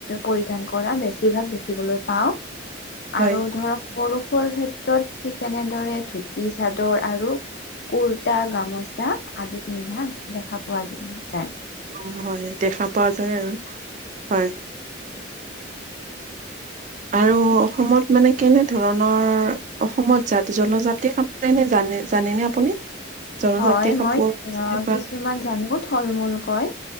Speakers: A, on the left; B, on the right.
A: পৰিধান কৰা বেছিভাগ দেখিবলৈ পাওঁ।
B: হয়
A: আৰু ধৰক পৰুষুৰ ক্ষে <unintelligible> ঠিক তেনেদৰে ধুতি চাদৰ আৰু কুৰ্তা গামোচা আদি পিন্ধা দেখা পোৱা যায়।
B: অ হয় দেখা পোৱা যায় আৰু হয়। আৰু অসমত মানে কেনে ধৰণৰ অসমত জাত জনজাতি কাপ জানে জানে নে <unintelligible> আপুনি। জনজাতি
A: হয়
B: কাপোৰ
A: মই
B: তেনেকুৱা
A: আ, কিছুমান জানো থল মূল কয়।